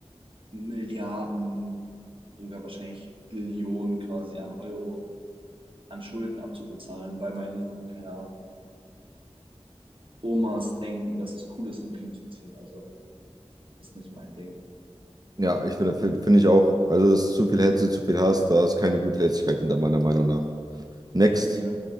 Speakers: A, on the right; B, on the right.
A: Milliarden, sogar wahrscheinlich Billionen quasi an Euro an Schulden abzubezahlen, weil meine, keine Ahnung, Omas denken, dass es cool ist, in den Krieg zu ziehen. Also ist nicht mein Ding.
B: Ja, ich finde, finde ich auch. Also, es ist zu viel Hetze, zu viel Hass, da ist keine gute Herzlichkeit hinter meiner Meinung nach. Next,
A: Ja,